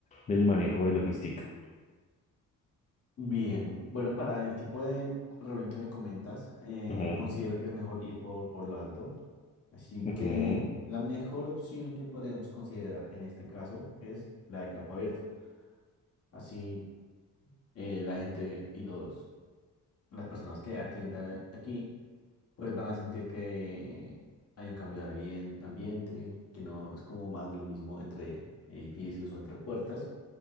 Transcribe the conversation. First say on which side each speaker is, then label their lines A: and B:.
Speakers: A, on the left (about 25°); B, on the left (about 45°).
A: del manejo de logística?
B: Bien, bueno, para el tipo de reunión que me comentas, eh,
A: Ujú,
B: considero que es mejor ir por, por lo alto. Así
A: ujú,
B: que la mejor opción que podríamos considerar en este caso es la de campo abierto. Así eh, la gente y los, las personas que atiendan aquí, pues van a sentir que hay un cambio de ambien- ambiente, que no es como más de lo mismo entre edificios o entre puertas.